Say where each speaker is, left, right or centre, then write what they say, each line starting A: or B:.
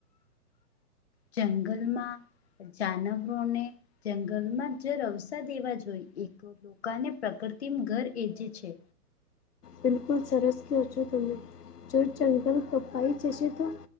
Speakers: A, on the left; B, on the left.
A: ચંગલમાં જાનવોને જંગલમાં જરઅવસા દેવા જોઈ એક લોકાને પ્રકરતી ઘર એજે છે.
B: બિલકુલ સરસ કયો છો તમે જો જંગલ કપાઈ જશે તો,